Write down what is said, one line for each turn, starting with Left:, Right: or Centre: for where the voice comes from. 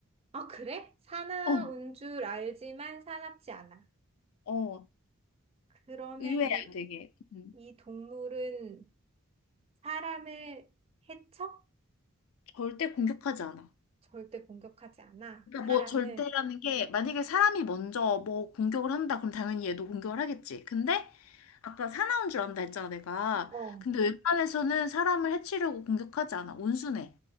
Right: 아, 그래? 사나운
Left: 어,
Right: 줄 알지만 사납지 않아.
Left: 어.
Right: 그러면
Left: 의외야,
Right: 이,
Left: 되게. 음,
Right: 이 동물은 사람을 해쳐?
Left: 절대 공격하지 않아.
Right: 절대 공격하지 않아.
Left: 그러니까
Right: 사람을.
Left: 뭐 절대라는 게 만약에 사람이 먼저 뭐 공격을 한다 그럼 당연히 얘도 공격을 하겠지. 근데 아까 사나운 줄 안다 했잖아, 내가.
Right: 어,
Left: 근데 웬만해서는 사람을 해치려고 공격하지 않아. 온순해.